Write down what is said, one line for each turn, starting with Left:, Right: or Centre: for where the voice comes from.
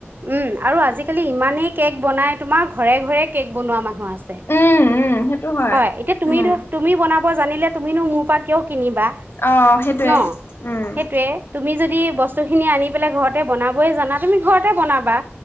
Right: উম আৰু আজিকালি ইমানেই কেক বনাই তোমাৰ ঘৰে ঘৰে কেক বনোৱা মানুহ আছে
Left: উম উম সেইটো
Right: হয় এতিয়া তুমি
Left: উম
Right: তুমি বনাব জানিলে তুমিনো মোৰ পৰা কিয় কিনিবা
Left: অ সেইটোৱে
Right: ন
Left: উম
Right: সেইটোৱে তুমি যদি বস্তুখিনি আনি পেলাই ঘৰতে বনাবয়ে জানা তুমি ঘৰতে বনাবা